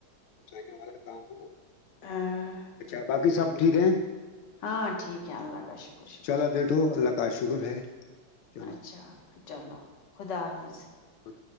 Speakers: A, on the left (about 85°); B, on the left (about 60°).
A: ج والا کام ہو
B: ہاں
A: اچھا باقی سب ٹھیک ہے
B: ہاں ٹھیک ہے اللہ کا شکر شکر
A: چلو بیٹھو اللہ کا شکر ہے چلو
B: اچھا چلو خدا حافظ
A: کر